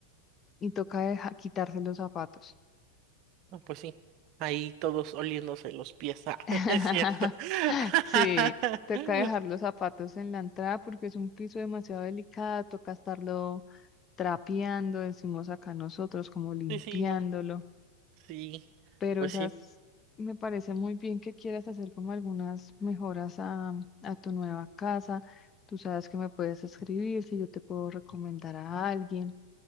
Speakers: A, on the left (about 25°); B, on the right (about 40°).
A: y, y toca deja- quitarse los zapatos.
B: No, Pues sí, ahí todos oliéndose los pies, Ah,
A: <laughs>
B: <laughs> es cierto. <laughs>
A: Sí, toca dejar los zapatos en la entrada porque es un piso demasiado delicado, toca estarlo trapeando, decimos acá nosotros, como limpiándolo.
B: Sí, sí, igual. Sí,
A: Pero
B: pues
A: esas,
B: sí,
A: me parece muy bien que quieras hacer como algunas mejoras a, a tu nueva casa. Tú sabes que me puedes escribir si yo te puedo recomendar a alguien.